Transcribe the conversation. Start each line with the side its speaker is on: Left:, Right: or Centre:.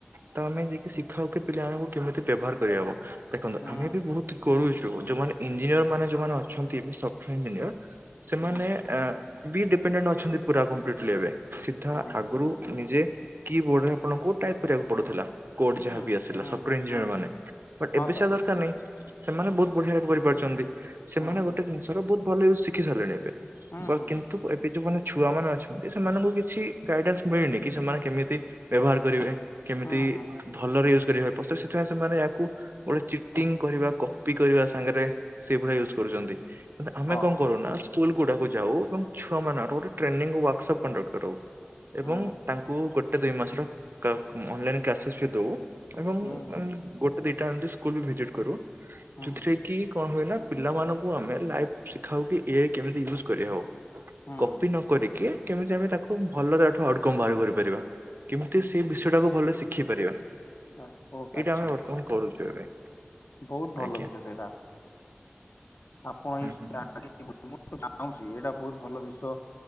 Right: ତ ଆମେ ଯାଇକି ଶିଖାାଉ କି ପିଲାମାନଙ୍କୁ କେମିତି ବେବହାର କରିହବ ଦେଖନ୍ତୁ
Left: ହୁଁ
Right: ଆମେ ବି ବୋହୁତ କରୁଚୁ ଯୋଉମାନେ ଇଞ୍ଜିନିୟରମାନେ ଯୋଉମାନେ ଅଛନ୍ତି ଏବେ ସଫ୍ଟଓୟାର ଇଞ୍ଜିନିୟର ସେମାନେ
Left: ହୁଁ।
Right: ଆ ବି ଡିପେଣ୍ଡେଣ୍ଟ ଅଛନ୍ତି ପୁରା କମ୍ପ୍ଲିଟଲି ଏବେ ସିଧା
Left: ହୁଁ
Right: ଆଗୁରୁ ନିଜେ କି ବୋର୍ଡରେ ଆପଣଙ୍କୁ ଟାଇପ୍ କରିବାକୁ ପଡୁଥିଲା କୋଡ
Left: ହୁଁ
Right: ଯାହା ବି ଆସିଲା
Left: ହୁଁ
Right: ସଫ୍ଟଓୟାର
Left: ହୁଁ
Right: ଇଞ୍ଜିନିୟରମାନେ
Left: ହୁଁ ହୁଁ
Right: ବଟ୍
Left: ହଁ
Right: ଏବେ
Left: ତ
Right: ସେ ଆଉ ଦରକାର ନାଇଁ ସେମାନେ ବହୁତ ବଢିଆ ଭାବେ କରିପାରୁଚନ୍ତି ସେମାନେ
Left: ହୁଁ ହୁଁ
Right: ଗୋଟେ ଜିନିଷର ବହୁତ ଭଲ ୟୁଜ୍ ଶିଖି ସାରିଲେଣି ଏବେ
Left: ହୁଁ
Right: ବା
Left: ହୁଁ
Right: କିନ୍ତୁ ଏବେ ଯୋଉମାନେ ଛୁଆମାନେ ଅଛନ୍ତି ସେମାନଙ୍କୁ କିଛି ଗାଇଡ଼ାନ୍ସ ମିଳିନି କି ସେମାନେ କେମିତି ବେବହାର କରିବେ କେମିତି?
Left: ହୁଁ ହୁଁ
Right: ଭଲରେ ୟୁଜ୍ କରିବା ପ୍ରସେସ୍ ସେଥିପାଇଁ ସେମାନେ ୟାକୁ ଗୋଟେ ଚିଟିଙ୍ଗ କରିବା କପି କରିବା ସାଙ୍ଗେରେ ସେଇ ଭଳିଆ ୟୁଜ୍ କରୁଚନ୍ତି ଆମେ
Left: ହଁ
Right: କଣ କରୁନା ସ୍କୁଲଗୁଡାକୁ ଯାଉ ଏବଂ ଛୁଆମାନଙ୍କର ଗୋଟେ ଟ୍ରେନିଂ ୱାର୍କସପ୍ କଣ୍ଡକ୍ଟ୍ କରଉ
Left: ହୁଁ
Right: ଏବଂ ତାଙ୍କୁ ଗୋଟେ ଦୁଇ ମାସର କା ଉଁ ଅନଲାଇନ୍ କ୍ଲାସେସ୍ ବି ଦଉ ଏବଂ
Left: ହୁଁ ହୁଁ ହୁଁ ହୁଁ
Right: ଉଁ ଗୋଟେ ଦିଟା ଏମତି ସ୍କୁଲ ବି ଭିଜିଟ୍ କରୁ
Left: ହୁଁ
Right: ଯୋଉଥିରେ
Left: ହୁଁ
Right: କି କଣ ହୁଏ ନା ପିଲାମାନଙ୍କୁ ଆମେ ଲାଇଫ୍ ଶିଖାଉ କି ଏ କେମିତି ୟୁଜ୍ କରିହବ
Left: ହଁ
Right: କପି ନ କରିକି କେମିତି ଆମେ ତାକୁ ଭଲରେ ଆଠୁ ଆଉଟକମ୍ ବାହାର କରିପାରିବା କେମିତି ସେଇ ବିଷୟଟାକୁ ଭଲରେ ଶିଖେଇ ପାରିବା
Left: ବା ଓ ଆଚ୍ଛା
Right: ଏଇଟା ଆମେ
Left: ଆଚ୍ଛା
Right: ବର୍ତ୍ତମାନ କରୁଚୁ ଏବେ
Left: ବହୁତ ଭଲ
Right: ଆଜ୍ଞା।
Left: ବିଷୟ ସେଇଟା ଆପଣ
Right: ହୁଁ
Left: ଏଇ
Right: ହୁଁ ହୁଁ
Left: <unintelligible> ଚାହୁଁଚି ଏଇଟା ବହୁତ ଭଲ ବିଷୟ